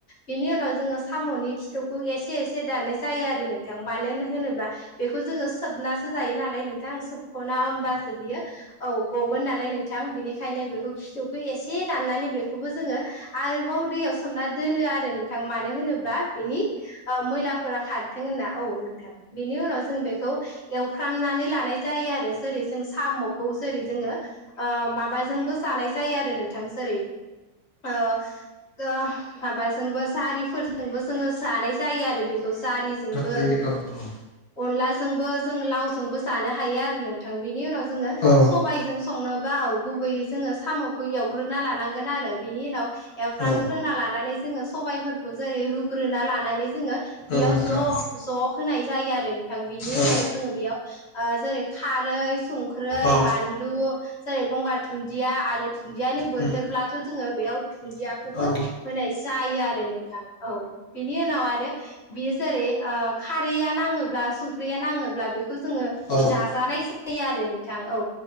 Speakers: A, on the left (about 45°); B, on the left (about 80°).
A: बेनि उनाव जोङो साम'नि खिथौखौ एसे एसे दाननाय जायो आरो नोंथां मानो होनोब्ला बेखौ जोङो सोबनासो जायो नालाय नोंथां सोब खना होमबासो बियो औ गगोन नालाय नोंथां बिनिखायनो बेखौ खिथौखौ एसे दाननानै बेखौबो जोङो आरोबाव दैयाव सोमना दोनो आरो नों थां मानो होनोबा बेनि मैलाफोरा खारथों होनना औ नोंथां बेनि उनाव जों बेखौ औ एवफ्रामनानै लानाय जायो आरो जेरै जों साम'खौ जेरै जोंङो ओ माबा जोंबो जानाय जायो आरो नोंथां जेरै ओ गा माबाजोंबो जारिफोरजोंबो जोङो जानाय जायो आरो बेखौ जारिजोंबो
B: जायो औ औ
A: ओ अनलाजोंबो जों लावजोंबो जानो हायो आरो नोंथां बिनि उनाव जोङो
B: औ
A: सबायजों संनोबा औ गुबैयै जोङो साम'खौ एवग्रोना लानांगोन आरो बिनि उनाव एवफ्रामग्रोना
B: औ
A: लानानै जोङो सबायफोरखौ जेरै रुग्रोना लानानै जोङो बेयाव
B: औ नोंथां
A: ज' ज' होनाय जायो आरो नोंथां बे बेनि
B: औ
A: उनाव जोङो बेयाव ओ जेरै खारै संख्रै
B: औ
A: बानलु जेरै गंगार दुनदिया आरो दुन्दियानि बोथोरब्लाथ'
B: उम
A: जोङो बेयाव दुन्दियाखौबो
B: औ
A: होनाय जायो आरो नोंथां औ बिनि उनाव आरो बियो जेरै ओ खारैया नाङोब्ला सं ख्रिया नाङोब्ला बेखौ जोङो
B: औ
A: जाजानाय जायो आरो नोंथां औ